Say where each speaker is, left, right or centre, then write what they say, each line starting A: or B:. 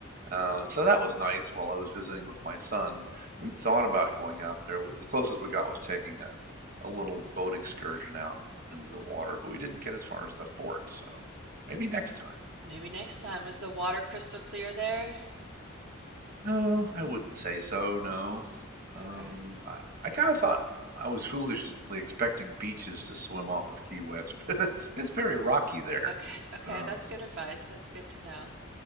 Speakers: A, on the right; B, on the right.
A: Uh, so that was nice while I was visiting with my son. We thought about going out there. The closest we got was taking a, a little boat excursion out into the water, but we didn't get as far as the fort, so maybe next time.
B: Maybe next time. Was the water crystal clear there?
A: Oh, I wouldn't say so, no. Um,
B: Okay.
A: I, I kind of thought I was foolishly expecting beaches to swim off of Key West, but <laughs> it's very rocky there.
B: Okay. Okay.
A: Uh,
B: That's good advice. That's good to know.